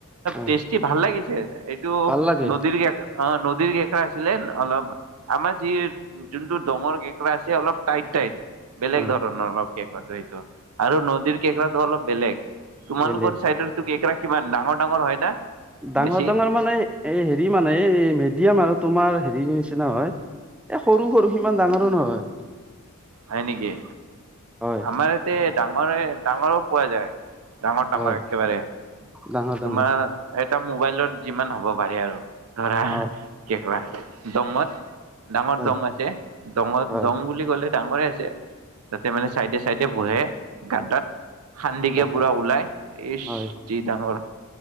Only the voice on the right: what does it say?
টেষ্টি ভাল লাগিছ <unintelligible> এইটো
নদীৰ কেকৰা অ নদী নদীৰ কেকৰা আছিলে অলপ, আমাৰ যি যোনটো দঙৰ কেকৰা আছে অলপ টাইট টাইট। বেলেগ
ধৰণৰ অলপ কেঁকৰাটো সেইটো, আৰু নদীৰ কেঁকৰাটো অলপ বেলেগ। তোমালোকৰ
চাইডৰ তো কেঁকোৰা কিমান ডাঙৰ ডাঙৰ হয় না?
বেছি
হয় নেকি,
আমাৰ ইয়াতে ডাঙৰে ডাঙৰো পোৱা যায়। ডাঙৰ ডাঙৰ
একেবাৰে,
তোমাৰ
এটা মোবাইলত যিমান হ'ব পাৰে আৰু। ধৰা
কেকুৱা দমত ডাঙৰ
দং আছে, দঙৰ
দং বুলি ক'লে ডাঙৰে আছে তাতে মানে চাইডে চাইডে বহে। গাদাত, খান্দিকে
পুৰা ওলাই, এই
যি ডাঙৰ